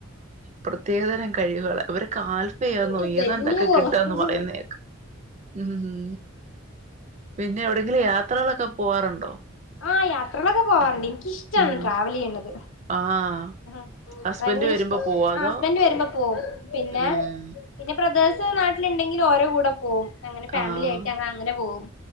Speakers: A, on the right; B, on the left.
A: പ്രത്യേകതരം കഴിവുകളാ ഇവരൊക്കെ ആൽഫയാന്നോ
B: ഇന്റെ പൊന്നോ
A: ഏതാണ്ടൊക്കെ കിട്ടാന്ന് പറയുന്ന കേക്കാം ഉം ഉം പിന്നെ എവിടെങ്കിലും യാത്രകളൊക്കെ പോവാറുണ്ടോ?
B: ആ യാത്രകളൊക്കെ പോവാറുണ്ട് ഇനിക്- ഇഷ്ടാണ്
A: ഉം
B: ട്രാവല്ചെയുന്നത്-
A: ആഹ്
B: മ്
A: ഹസ്ബൻഡ്
B: ഭയങ്കര
A: വരുമ്പോ
B: ഇഷ്ടം
A: പോവോ അതോ
B: ആ ഹസ്ബൻഡ് വരുമ്പോ പോവും പിന്നെ
A: ഉം
B: പിന്നെ ബ്രദേഴ് സ് നാട്ടിലുണ്ടെങ്കിൽ ഓര കൂടെ പോവും അങ്ങനെ ഫാമിലി
A: ആഹ്
B: ആയിട്ട് ഞങ്ങ അങ്ങനെ പോവും.